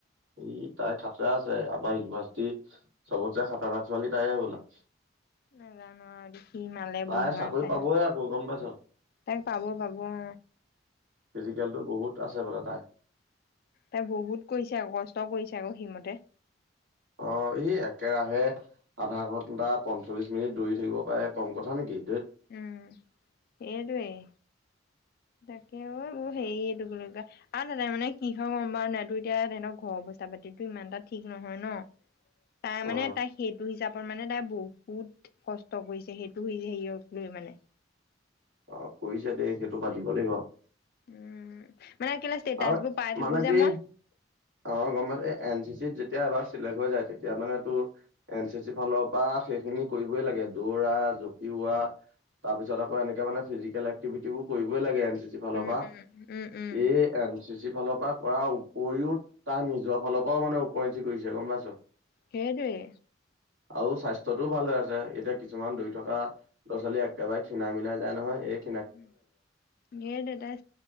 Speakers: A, on the right (about 80°); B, on the left (about 55°).
A: ই <unintelligible> আছে আমাৰ ইউভাৰ্চিটি চবত চাই খাতাৰনাক ছোৱালী তাই হব'লা।
B: নাজানো আৰু দে কি মালে
A: তাই
B: বনোৱা
A: চাকৰি
B: তাই
A: পাবই আকৌ গম পাইছ
B: তাইক পাব-পাব অ,
A: ফিজিকেলতটো বহুত আছে বোলে তাই।
B: তাই বহুত কৰিছে আকৌ কষ্ট কৰিছে আকৌ সেমতে।
A: অ' ই একেৰাহে আধা ঘন্টা পঞ্চল্লিশ মিনিট দৌৰি থাকিব পাৰে কম কথা নেকি? ধেত
B: উম এইটোৱেই। তাকে ঐ হেৰি আৰু দাদাই মানে কি হয়ৰ গম পাৱ নাই তো এতিয়া সঁতক ঘৰৰ পইচা-পাতিতটো ইমান এটা ঠিক নহয় ন তাই
A: অ
B: মানে তাই সেইটো হিচাপে মানে তাই বহুত কষ্ট কৰিছে সেইটো হৈছে হেয়ক লৈ মানে।
A: অ কৰিছে দেই সেইটো মানিব লাগিব।
B: উম মানে কেলে ষ্টেটাচ
A: আৰু
B: বোৰ পাই
A: মানে
B: থাকো যে
A: কি
B: মই।
A: অ' গম পাই এই এন চি চিত যেতিয়া এবাৰ চিলেক্ট হৈ যায় তেতিয়া মানে টো এন চি চি ফালৰ পৰা শেষ সেই খিনি কৰিবই লাগে দৌৰা জপিওৱা। তাৰ পিছত আকৌ এনেক মানে ফিজিকেল এক্টিটিবোৰ কৰিবই লাগে। ফালপা
B: উম উম উম উম
A: এ এন চি বেছি ফালৰ পৰা কৰাৰ উপৰিও তাৰ নিজৰ ফালৰ পৰাও মানে ওৰঞ্চি কৰিছে গম পাইছ?
B: সেইটোৱে
A: আৰু স্বাস্থ্যটোও ভাল হৈ আছে এতিয়া কিছুমান দৌৰি থকা ল'ৰা-ছোৱালী একেবাৰে খীণা মিলাই যায় নহয় এক
B: ওম সেইটোৱে তাই